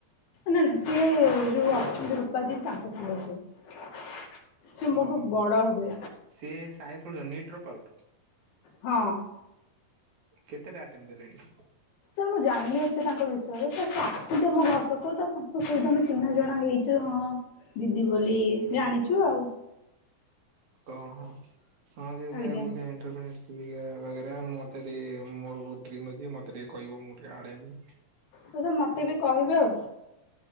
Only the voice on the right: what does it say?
ଓହୋ!
ସିଏ ସାଇସ୍ କଣ ଜାଣନି ଏଟ୍ର ପାଉଟ୍।
କେତେଟା ଆଟେମ୍ ଦେଲେଣି?
ଓହୋ! ହଁ, ସିଏ ସେୟା
ବୋଲି ଏଣ୍ଟ୍ର ପାଇଁ ଆସ୍ <unintelligible> ମୋତେ ଟିକେ ମୋରୋ ବୋହୁତ୍ ଡ୍ରିମ୍ ଅଛି, ମତେ ଟିକେ କହିବ ମୁଁ ଟିକେ ଆଡ଼୍ ହେମି।